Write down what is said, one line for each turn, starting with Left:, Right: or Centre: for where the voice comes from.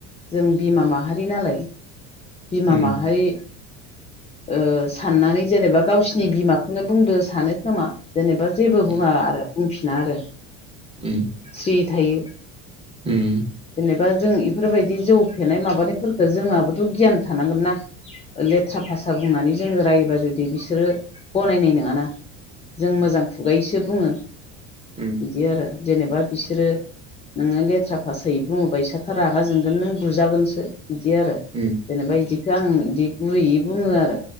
Left: जों बिमा माहारि नालाय बिमा
Right: उम
Left: माहारि ओ साननानै जेनेबा गावसिनि बिमाखौनो बुंदो सानो खोमा। जेनेबा जेबो
Right: उम
Left: बुङा आरो बुंफिना आरो
Right: उम
Left: स्रि थायो।
Right: उम
Left: जेनेबा जों इफोरबायदि जौ फेनाय माबानायफोर जोंहाबोथ' गियान थानांगोन ना लेथ्रा भासा बुंनानै जोङो रायोबा जुदि बिसोरो गनायनाय नङाना। जों मोजां खुगायैसो बुङो
Right: उम
Left: बिदि आरो जेनेबा बिसोरो नोङोे लेथ्रा भासायै बुङोबा इसोथ' रागा जोंगोन नों बुजागोनसो इदि आरो
Right: उम
Left: जेनेबा
Right: उम
Left: बिदिखौ आं बिदि गुरैयै बुङो आरो